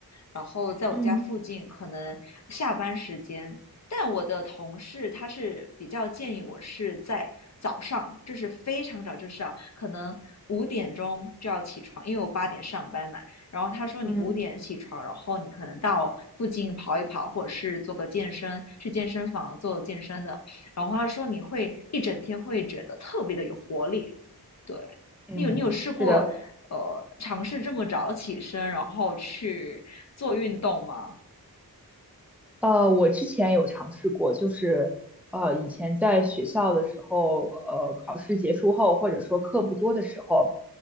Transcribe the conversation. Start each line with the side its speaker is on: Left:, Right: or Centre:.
Left: 然后在我家附近，
Centre: 嗯
Left: 可能下班时间。但我的同事他是比较建议我是在早上，就是非常早，就是啊，可能五点钟就要起床，因为我八点上班嘛。然后他说你五点起床，
Centre: 嗯
Left: 然后你可能到附近跑一跑，或者是做个健身，去健身房做健身的。然后他说你会一整天会觉得特别的有活力。对，
Centre: 嗯，
Left: 你有你有试过呃尝试这么早起身，
Centre: 是的，
Left: 然后去做运动吗？
Centre: 呃，我之前有尝试过，就是呃，以前在学校的时候，呃，考试结束后，或者说课不多的时候，